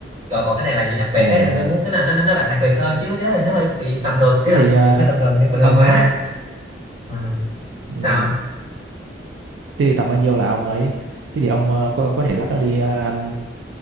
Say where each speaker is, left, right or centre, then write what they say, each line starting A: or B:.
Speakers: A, on the right (about 30°); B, on the right (about 85°).
A: rồi còn cái này là gì đặc biệt
B: ờ,
A: ấy nên tôi muốn cái nào nó nó nó đặc đặc biệt hơn chứ mấy cái đó thì nó hơi bị
B: Ừ.
A: tầm thường ấy
B: thế
A: là
B: thì
A: không
B: ờ,
A: không phải tầm thường nha bình
B: ông
A: thường quá
B: ờ,
A: ừ.
B: ừm,
A: sao
B: thế thì tầm bao nhiêu là ông ấy thế thì ông ờ, có có thể dắt nó đi ờ, ăn